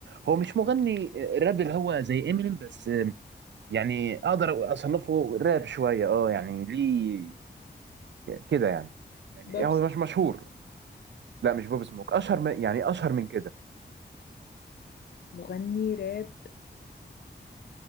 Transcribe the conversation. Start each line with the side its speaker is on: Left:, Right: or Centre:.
Right: هو مش مغني آه، راب اللي هو زي امينيم بس آم، يعني أقدر أصنفه راب شوية اه يعني ليه كده يعني يعني
Left: بوب
Right: هو
Left: سموك
Right: مش مشهور لا مش بوب سموك أشهر من يعني أشهر من كده
Left: مغني راب